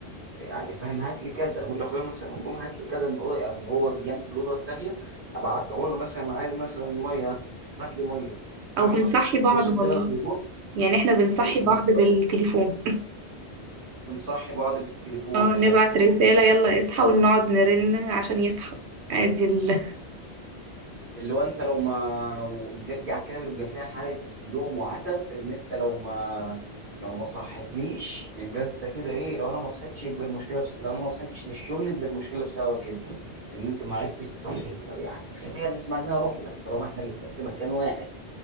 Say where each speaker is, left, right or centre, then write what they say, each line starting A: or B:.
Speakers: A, on the right (about 50°); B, on the right (about 85°).
A: يعني فاهم هات لي كذا اقول لاخويا مثلا قوم هات لي كذا من الاوضه أو من هو في جنب في الاوضه الثانيه ابعت له اقول له مثلا عايز مثلا ميه هات لي ميه فاهمه
B: او بنصحي بعض
A: وصل
B: والله
A: بينا الموضوع
B: يعني احنا بنصحي
A: ب-
B: بعض
A: بالظبط
B: بالتليفون
A: بنصحي بعض بالتليفون
B: اه نبعت
A: آه،
B: رسالة يلا اصحى ونقعد نرن عشان يصحى ادي ال...
A: اللي هو انت لو ما بترجع كده بيبقى فيها حاله لوم وعتب ان انت لو ما لو ما صحتليش يبقى انت كده ايه لو انا ما صحتش يبقى المشكله بس لو انا ما صحتش للشغل يبقى المشكله بسبب كده ان انت ما عرفتش تصحيني طب يعني في حاجه نسمع انها روح لك طالما احنا الاثنين في مكان واحد